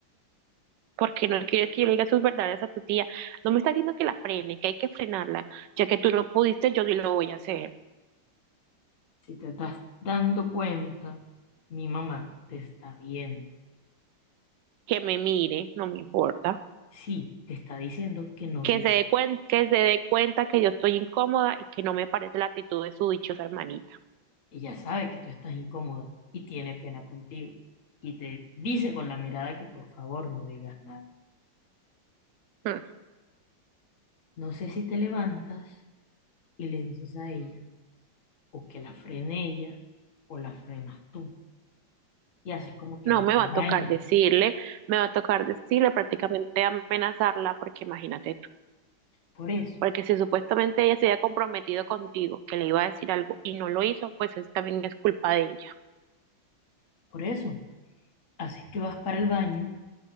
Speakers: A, on the right (about 75°); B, on the left (about 50°).
A: Porque no quieres que yo le diga sus verdades a tu tía. No me está diciendo que la frene, que hay que frenarla. Ya que tú no pudiste, yo sí lo voy a hacer.
B: Si te estás dando cuenta, mi mamá te está viendo.
A: Que me mire, no me importa.
B: Sí, te está diciendo que no
A: Que
B: di.
A: se dé cuen- que se dé cuenta que yo estoy incómoda y que no me parece la actitud de su dichosa hermanita.
B: Ella sabe que tú estás incómoda y tiene pena contigo. Y te dice con la mirada que por favor no digas nada.
A: Mm.
B: No sé si te levantas y le dices a ella, o que la frene ella, o la frenas tú. Y haces como que
A: No,
B: vas
A: me
B: al
A: va
B: baño.
A: a tocar decirle, me va a tocar decirle, prácticamente amenazarla, porque imagínate tú,
B: Por eso,
A: porque si supuestamente ella se había comprometido contigo, que le iba a decir algo y no lo hizo, pues es- también es culpa de ella.
B: por eso, haces que vas para el baño,